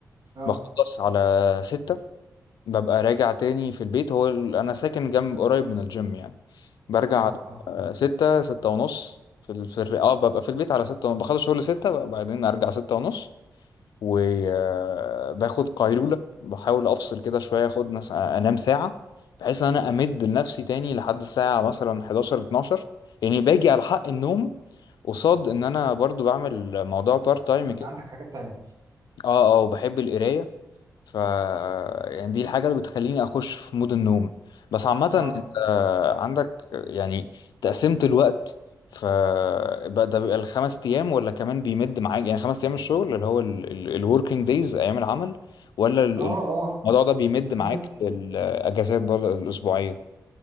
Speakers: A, on the right; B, on the left.
A: اه
B: بخلص على ستة ببقى راجع تاني في البيت هو ال- انا ساكن جنب قريب من الجيم يعني برجع
A: اه اه
B: على ستة ستة ونص في ال... في الر- اه ببقى في البيت على ستة ون- بخلص شغل ستة بعدين ارجع ستة ونص وباخد قيلولة بحاول أفصل كده شوية أخد مثلا أنام ساعة بحيث إن أنا أمد لنفسي تاني لحد الساعة مثلا 11 12 يعني باجي على حق النوم قصاد إن أنا برضو بعمل موضوع بارت تايم
A: بيبقى
B: كده
A: عندك حاجات تانية
B: أه أه وبحب القراية ف يعني دي الحاجة اللي بتخليني أخش في مود النوم بس عامة
A: اه
B: أنت عندك يعني تقسيمة الوقت ف بقى ده بيبقى الخمس أيام ولا كمان بيمد معاك يعني خمس أيام الشغل اللي هو الوركينج دايز أيام العمل ولا ال-
A: اه
B: ال-
A: اه
B: الموضوع ده بيمد
A: خمس
B: معاك الأجازات برضه الأسبوعية